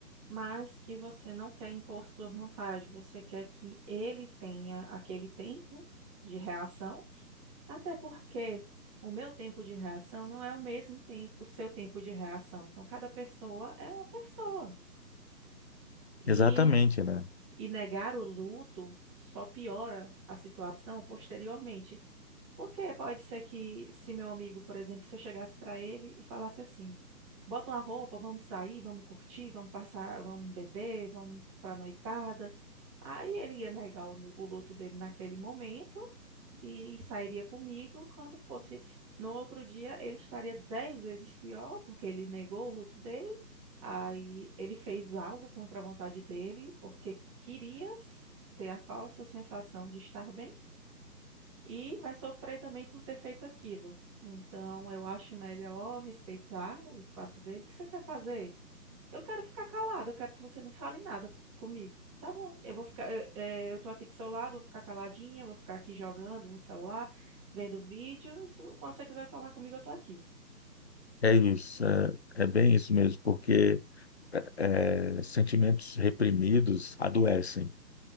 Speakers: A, on the right; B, on the left.
A: mas que você não quer impor sua vontade, você quer que ele tenha aquele tempo de reação, até porque o meu tempo de reação não é o mesmo tempo, o seu tempo de reação. Então, cada pessoa é uma pessoa. E,
B: Exatamente, né?
A: e negar o luto só piora a situação posteriormente. Porque pode ser que, se meu amigo, por exemplo, se eu chegasse para ele e falasse assim: bota uma roupa, vamos sair, vamos curtir, vamos passar, vamos beber, vamos para noitada. Aí ele ia negar o, nu- o luto dele naquele momento e sairia comigo. Quando fosse no outro dia, ele estaria dez vezes pior, porque ele negou o luto dele. Aí ele fez algo contra a vontade dele, porque queria s- ter a falsa sensação de estar bem e vai sofrer também por ter feito aquilo. Então, eu acho melhor respeitar o espaço dele. O que você quer fazer? Eu quero ficar calada, eu quero que você não fale nada comigo. Tá bom, eu vou ficar, eu, eh, eu tô aqui do seu lado, vou ficar caladinha, vou ficar aqui jogando no celular, vendo vídeo. Se você quiser falar comigo, eu tô aqui.
B: É isso, é, é bem isso mesmo, porque é, é, sentimentos reprimidos adoecem.